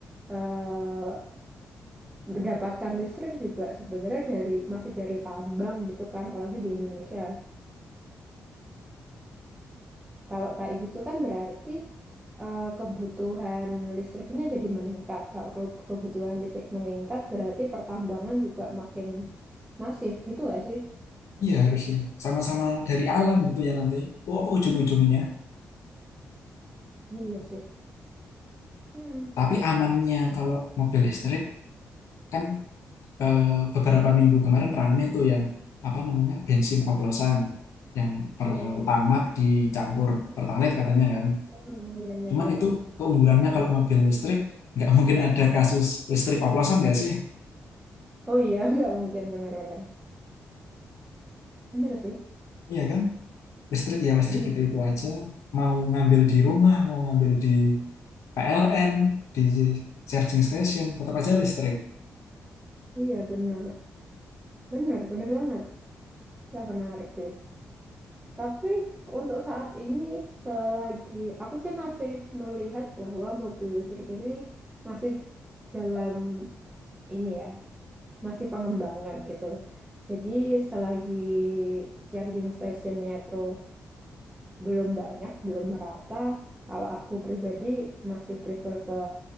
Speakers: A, on the right; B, on the left.
A: eh, mendapatkan listrik juga sebenarnya dari masih dari tambang gitu kan apalagi di Indonesia kalau kayak gitu kan berarti eh, kebutuhan listriknya jadi meningkat kalau ke- kebutuhan listrik meningkat berarti pertambangan juga makin masif gitu gak sih
B: Iya harusnya sama-sama dari alam gitu ya nanti. Oh, apa ujung-ujungnya?
A: iya sih hmm.
B: Tapi amannya kalau mobil listrik kan eh, beberapa minggu kemarin rame tuh yang apa namanya bensin oplosan yang pertama
A: Heeh.
B: dicampur pertalite katanya kan
A: oh iya iya iya
B: Cuman
A: iya
B: itu keunggulannya kalau mobil listrik, nggak mungkin ada kasus listrik oplosan nggak sih?
A: oh iya <laughs> nggak mungkin bener-bener. bener bener bener sih
B: Iya kan? Listrik ya listrik
A: iya
B: itu-itu aja. Mau ngambil di rumah, mau ngambil di PLN, di charging station, tetap aja listrik.
A: iya bener bener bener banget wah menarik sih Tapi untuk saat ini, selagi aku sih masih melihat bahwa mobil listrik ini masih dalam ini ya, masih pengembangan gitu. Jadi selagi charging stationnya tuh belum banyak, belum merata, kalau aku pribadi masih prefer ke